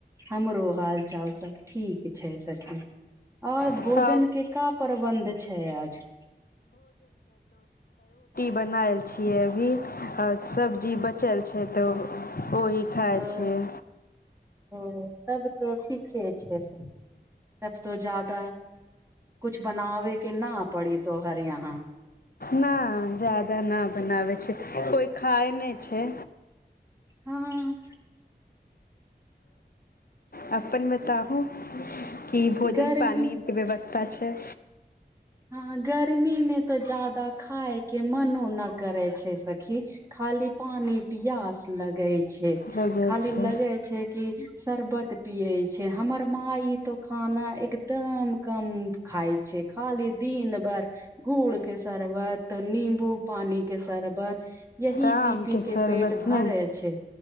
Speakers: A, on the right (about 15°); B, on the left (about 65°).
A: हमरो हालचाल सब ठीक छै सखी आओर
B: आ
A: भोजन के कप परबन्ध छै आज
B: बनाएल छियै अभी आओ सब्जी बचल छै त ओही खाइ
A: ओ
B: छियै
A: ओ तब तो ठीके छै सखी तब तो जादा कुछ बनाबे के न पड़ी तोहर यहाँ
B: न जदा न बनावै छै कोइ खाय नहि छै
A: हँ
B: अपन बताहू कि भोजन
A: गर्मी
B: पानी के व्यवस् पाछे
A: हँ गर्मी मे तो जादा खायके मनो नइ न करै छै स खी खाली पानी पियास लगै छै
B: लगै
A: खाली
B: छै
A: लगे छै कि शरबत पियै छै हमर माई त खाना एकदम कम खाइ छै खाली दिन भर गुड़ के शरबत नींबू पानी के शरबत यही
B: तऽ आम
A: पी पी के
B: शरबत
A: पेट भरै
B: ने
A: छै